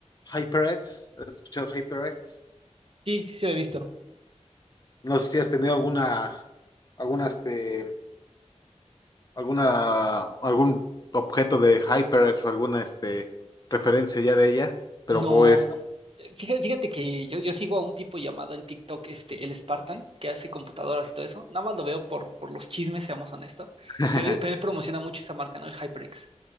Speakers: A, on the left; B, on the right.
A: HyperX. ¿Has escuchado HyperX?
B: Sí, sí se había visto.
A: No sé si has tenido alguna, alguna, este, alguna, algún objeto de HyperX o alguna, este, referencia ya de ella, pero
B: No,
A: pues
B: eh, fíjate, fíjate que yo, yo sigo a un tipo llamado en TikTok, este, el Spartan, que hace computadoras y todo eso. Nada más lo veo por, por los chismes, seamos honestos.
A: <laughs>
B: Pero, él- pero él promociona mucho esa marca, ¿no? El HyperX.